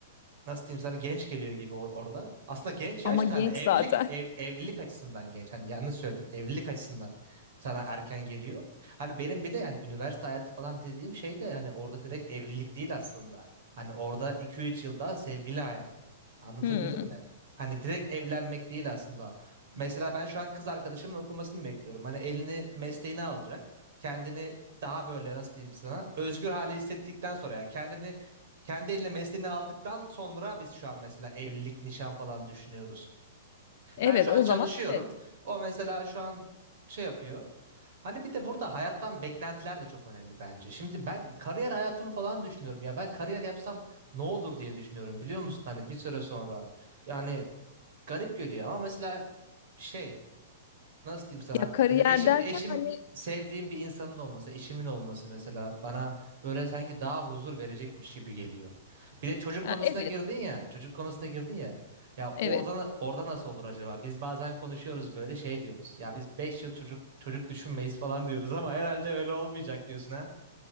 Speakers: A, on the right; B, on the left.
A: nasıl diyeyim sana genç geliyor gibi o- orada. Aslında genç yaş
B: Ama genç
A: da hani evlilik
B: zaten.
A: ev- evlilik açısından genç. Hani yanlış söyledim. Evlilik açısından sana erken geliyor. Hani benim bir de yani üniversite hayatı falan dediğim şey de hani orada direkt evlilik değil aslında. Hani orada iki üç yılda sevgili hayatı. Anlatabildim
B: Hmm.
A: mi? Hani direkt evlenmek değil aslında. Mesela ben şu an kız arkadaşımın okumasını bekliyorum. Hani elini mesleğine alacak. Kendini daha böyle nasıl diyeyim sana özgür hale hissettikten sonra yani kendini kendi eline mesleğini aldıktan sonra biz şu an mesela evlilik, nişan falan düşünüyoruz.
B: Evet,
A: Ben şu
B: o
A: an çalışıyorum.
B: zaman evet.
A: O mesela şu an şey yapıyor. Hani bir de burada hayattan beklentiler de çok önemli bence. Şimdi ben kariyer hayatımı falan düşünüyorum ya. Ben kariyer yapsam ne olur diye düşünüyorum biliyor musun? Hani bir süre sonra. Yani garip görüyor ama mesela şey nasıl diyeyim sana?
B: Ya kariyer
A: Mesela Eşim
B: derken
A: eşim
B: hani
A: sevdiğim bir insanın olması, eşimin olması mesela bana böyle sanki daha huzur verecekmiş gibi geliyor. Bir de çocuk
B: ha,
A: konusuna
B: evet,
A: girdin ya, çocuk konusuna girdin ya. Ya
B: evet.
A: orada orada nasıl olur acaba? Biz bazen konuşuyoruz böyle şey diyoruz. Ya biz 5 yıl çocuk çocuk düşünmeyiz falan diyoruz ama herhalde öyle olmayacak diyorsun ha.